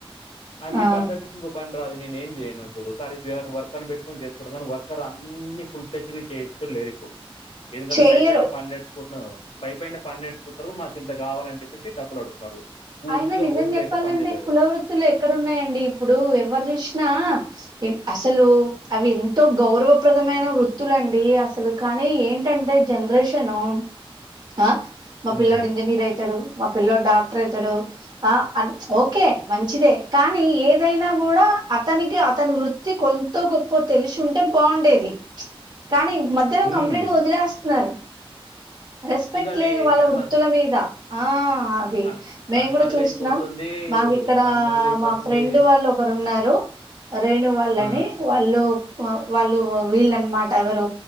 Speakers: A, on the left (about 85°); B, on the right (about 45°).
A: నాకు
B: ఆ
A: ఈ పని తప్పించి ఇంకో పని రాదు నేను ఏం చేయను ఇప్పుడు సర్ ఇప్పుడు వర్కర్ పెట్టుకొని చేసుకుంట కానీ వర్కర్ అన్ని ఫుల్ ఫ్లెడ్జ్ గా చేసేటోళ్ళు లేరు ఇప్పుడు ఎందుకంటే
B: చేయరు
A: పై పైన పని నేర్చుకుం పై పైన పన్నేర్చుకుంటారు మాకు ఇంత కావాలని చెప్పేసి డబ్బులు అడుగుతున్నారు పూర్తిగా
B: ఆయిన నిజం
A: లోతుగా
B: చెప్పాలంటే
A: అయితే పని చేయలేరు.
B: కుల వృత్తులు ఎక్కడన్నాయండి ఇప్పుడు ఎవరు చూసినా ఎం అసలు అవి ఎంతో గౌరవప్రదమైన వృతులండి అసలు కానీ ఏంటంటే జనరేషను ఆ మా
A: హ్మ్.
B: పిల్లడు ఇంజనీర్ అయితాడు మా పిల్లడు డాక్టర్ అయిత అతడు ఆ అం ఓకే మంచిదే కానీ ఏదైనా గూడా అతనికి అతని వృత్తి కొంతో గొప్పో తెలిసి ఉంటే బాగుండేది కానీ మధ్యలో
A: హ్మ్.
B: కంప్లీట్గా వదిలేస్తున్నారు రెస్పెక్ట్
A: ఇక అది
B: లేదు వాళ్ళ
A: కనుమరుగు
B: వృత్తుల మీద ఆ అది
A: క
B: మేము
A: కనుమరుగైపోతుంది.
B: కూడా చూస్తున్నాం, మాకు ఇక్కడా
A: కనుమరుగైపోతుంది.
B: మా ఫ్రెండ్ వాళ్ళు ఒకరు ఉన్నారు, రేణు వాళ్ళని
A: ఆ!
B: వాళ్ళు వ వాళ్ళు వీళ్ళన్నమాట ఎవరు